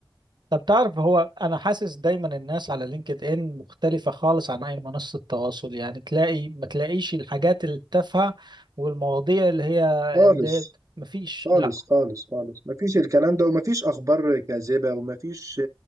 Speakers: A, on the right; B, on the right.
A: طب تعرف هو انا حاسس دايما الناس على لينكد ان مختلفة خالص عن اي منصة تواصل يعني تلاقي ما تلاقيش الحاجات التافهة والمواضيع اللي هي
B: خالص
A: اللي مفيش
B: خالص
A: لا
B: خالص خالص مفيش الكلام ده ومفيش اخبار كاذبه ومفيش